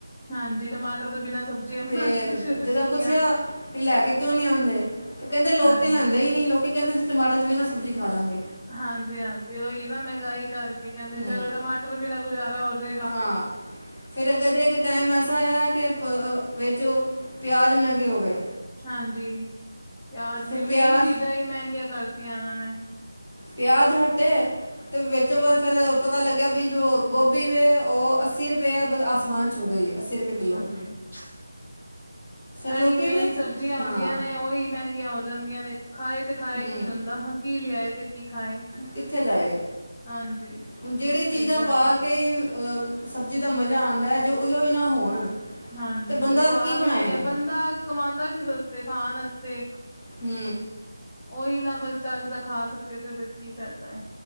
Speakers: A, on the left; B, on the left.
A: ਹਾਂਜੀ ਟਮਾਟਰ ਤੋਂ ਬਿਨਾਂ ਸਬਜ਼ੀਆਂ ਬਣਾਣੀ
B: ਤੇ,
A: ਸ਼ੁਰੂ
B: ਜਦੋਂ
A: ਕੀਤੀਆਂ
B: ਪੁੱਛਿਆ ਕਿ ਲੈ ਕੇ ਕਿਉਂ ਨੀ ਆਂਦੇ ਤੇ ਕੈਦੇ ਲੋਕ
A: ਹਾਂਜੀ।
B: ਲੈਂਦੇ ਈ ਨੀ, ਲੋਕੀ ਕੈਂਦੇ ਅਸੀ ਟਮਾਟਰ ਤੋਂ ਬੀਨਾ ਸਬਜੀ ਖਾ ਲਾਂਗੇ।
A: ਹਾਂਜੀ, ਹਾਂਜੀ ਓਈ ਏ ਨਾ ਮਹਿਗਾਈ ਕਰਕੇ ਕਹਿੰਦੇ
B: ਹੂੰ
A: ਦੇ ਚਲੋ ਟਮਾਟਰ ਬਿਨਾ ਗੁਜਾਰਾ ਹੋ ਜੇਗਾ।
B: ਹਾਂ ਫਿਰ ਅਗੇ, ਅਗੇ ਇੱਕ ਟੈਮ ਐਸਾ ਆਏਆ ਕੇ ਪ ਵਿੱਚ ਓ ਪਿਆਜ਼ ਮੈਂਗੇ ਹੋ ਗਏ।
A: ਹਾਂਜੀ, ਪਿਆਜ
B: ਫਿਰ
A: ਵੀ
B: ਪਿਆਜ਼
A: ਮੇਨ ਚੀਜ਼ਾਂ ਮਹਿਗੀਆਂ ਕਰਤੀਆਂ ਐਨਾਂ ਨੇ।
B: ਪਿਆਜ ਹਟੇ ਤੇ ਵਿੱਚੋ ਵ ਫੇਰ ਪਤਾ ਲੱਗੇਆ ਵੀ ਜੋ ਗੋਬੀ ਵੇ, ਓ ਅੱਸੀ ਰੂਪਏ ਅ ਆਸਮਾਨ ਛੂ ਗਈ ਅੱਸੀ ਰੂਪਏ ਕਿਲੋ।
A: <inaudible> ਇਹੀ
B: ਲੋਕੀ
A: ਮੇਨ
B: ਫਿਰ
A: ਸਬਜੀਆਂ
B: ਹਾਂ
A: ਹੋਂਦੀਆਂ ਨੇ ਓਈ ਮੈਂਗੀਆਂ ਹੋ ਜਾਂਦੀਆਂ ਨੇ, ਖਾਏ ਤੇ ਖਾਏ
B: ਹੂੰ
A: ਕੀ ਬੰਦਾ। ਕੀ ਲਿਆਏ ਤੇ ਕੀ ਖਾਏ।
B: ਕਿੱਥੇ ਜਾਏ,
A: ਹਾਂਜੀ
B: ਹੁਨ ਜਿਹੜੀ
A: ਸਹੀ
B: ਚੀਜ਼ਾਂ
A: ਗੱਲ
B: ਪਾ
A: ਹੈ
B: ਕਈ ਅ ਸਬਜ਼ੀ ਦਾ ਮਜ਼ਾ ਆਂਦਾ ਏ, ਜੇ ਓਈ ਓ ਨਾ ਹੋਣ
A: ਹਾਂਜੀ,
B: ਬੰਦਾ
A: ਤੇ ਸਵਾਦ
B: ਕੀ ਬਣਾਏ
A: ਈ ਨੀ ਐ ਬੰਦਾ ਕਮਾਂਦਾ ਕਿਸ ਵਸਤੇ ਖਾਨ ਵਾਸਤੇ ਏਕ।
B: ਹੂੰ।
A: ਓਈ ਨਾ, ਬਸ ਚੱਜ ਦਾ ਖਾ ਸਕੇ ਤੇ ਫਿਰ ਕੀ ਫੈਦਾ ਐ।